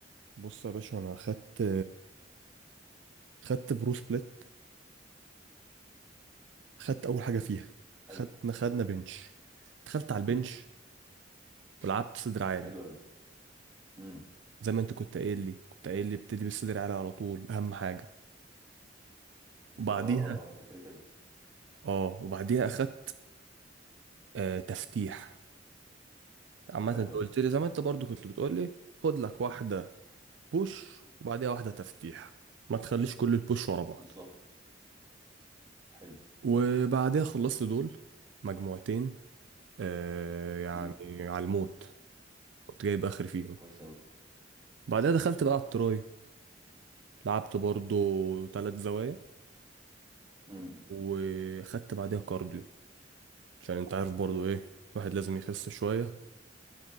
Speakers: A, on the right (about 75°); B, on the right (about 20°).
A: بص يا باشا انا خدت خدت برو سبليت خدت اول حاجه فيها خدنا
B: حلو
A: خدنا بنش دخلت على البنش ولعبت صدر عالي
B: حلو قوي امم
A: زي ما انت كنت قايل لي كنت قايل لي ابتدي بالصدر عالي على طول اهم حاجه وبعديها
B: اه اه اه ده كده كده
A: اه وبعديها اخدت آه تفتيح عامة
B: حلو
A: انت
B: قوي
A: قلت لي زي ما انت برضو كنت بتقول لي خد لك واحدة بوش وبعديها واحدة تفتيح ما تخليش كل البوش ورا بعض
B: بالظبط حلو
A: وبعديها خلصت دول مجموعتين آه يعني
B: امم
A: على الموت كنت جايب اخر فيهم
B: كويس قوي
A: بعدها دخلت بقى على التراي لعبت برضو تلات زوايا
B: امم
A: وخدت بعديها كارديو عشان انت عارف برضو ايه الواحد لازم يخس شوية